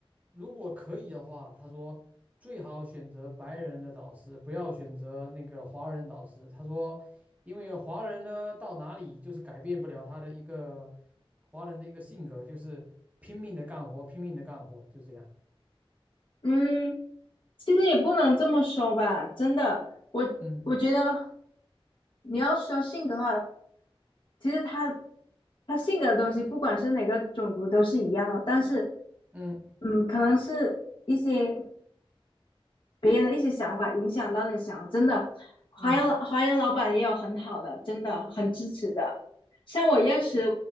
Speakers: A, on the right; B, on the left.
A: 如果可以的话，他说最好选择白人的导师，不要选择那个华人导师。他说，因为华人呢到哪里就是改变不了他的一个华人的一个性格，就是拼命的干活，拼命的干活，就这样。
B: 嗯，其实也不能这么说吧，真的，我我觉得
A: 嗯
B: 你要说性格的话，其实他他性格的东西，不管是哪个种族都是一样的，但是，
A: 嗯
B: 嗯，可能是一些。别人的一些想法影响到你的想法，真的，华人华人老板也有很好的，
A: 嗯，
B: 真的很支持的。像我认识